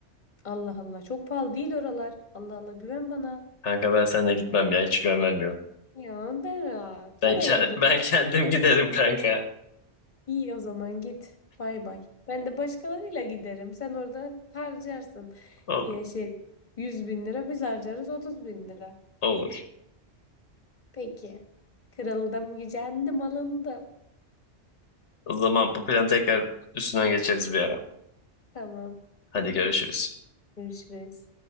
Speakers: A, on the left (about 40°); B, on the left (about 80°).
A: Allah Allah çok pahalı değil oralar. Allah Allah güven bana.
B: Kanka ben seninle gitmem ya hiç güven vermiyorum.
A: Ya Berat çok
B: Ben,
A: ayıp
B: ke- <laughs> ben kendim giderim kanka.
A: İyi o zaman git. Bay bay. Ben de başkalarıyla giderim. Sen orada harcarsın.
B: Olur.
A: Ya şey yüz bin lira biz harcarız otuz bin lira.
B: Olur.
A: Peki. Kırıldım, gücendim, alındım.
B: O zaman bu planı tekrar üstünden geçeriz bir ara.
A: Tamam.
B: Hadi görüşürüz.
A: Görüşürüz.